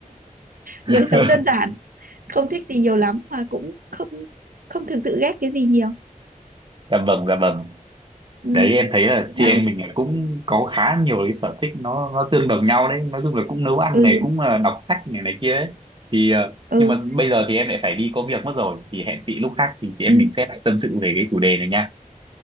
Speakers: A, on the right; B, on the right.
A: <laughs>
B: người sống đơn giản không thích gì nhiều lắm mà cũng không không thực sự ghét cái gì nhiều
A: dạ vâng dạ vâng
B: ừ. Ừ.
A: đấy em thấy là
B: nào
A: chị em mình là cũng có khá nhiều cái sở thích nó nó tương đồng nhau đấy nói chung là cũng nấu ăn
B: ừ
A: này cũng là đọc sách này này kia ấy thì ờ,
B: ừ
A: nhưng mà bây giờ thì em lại phải đi có việc mất rồi thì hẹn chị lúc khác thì chị em
B: ừ
A: mình sẽ lại tâm sự về cái chủ đề này nha